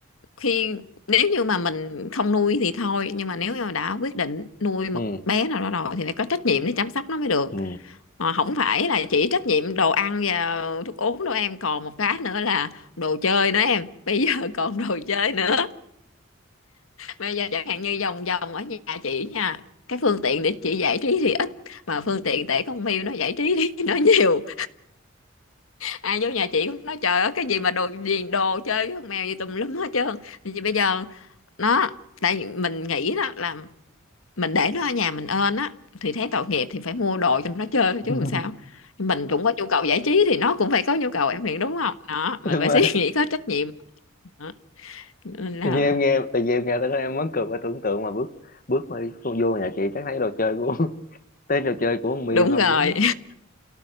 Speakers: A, on the left; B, on the left.
A: khi nếu như mà mình không nuôi thì thôi nhưng mà nếu như mà đã quyết định nuôi một
B: ừ
A: bé nào đó rồi thì phải có trách nhiệm để chăm sóc nó mới được
B: ừ
A: mà không phải là chỉ trách nhiệm đồ ăn và thuốc uống đâu em còn một cái nữa là đồ chơi nữa em bây giờ <laughs> còn đồ chơi nữa bây giờ chẳng hạn như vòng vòng ở nhà chị nha cái phương tiện để chị giải trí thì ít mà phương tiện để con mèo nó giải trí <laughs> thì nó nhiều ai vô nhà chị cũng nói trời ơi cái gì mà đồ gì đồ chơi với con mèo gì tùm lum hết trơn thì bây giờ nó tại vì mình nghĩ đó là mình để nó ở nhà mình ơn á thì thấy tội nghiệp thì phải mua đồ cho nó chơi thôi chứ
B: <laughs>
A: làm sao Nhưng mình cũng có nhu cầu giải trí thì nó cũng phải có nhu cầu em nghĩ đúng không đó
B: đúng
A: mình phải
B: rồi
A: <laughs> suy nghĩ có trách nhiệm đó. Nên là
B: tự nhiên em nghe tự nhiên em nghe tới đó em muốn cười và tưởng tượng mà bước bước mà đi vô vô nhà chị chắc thấy đồ chơi của <laughs> thấy đồ chơi của con Miu
A: đúng
B: không
A: rồi
B: luôn á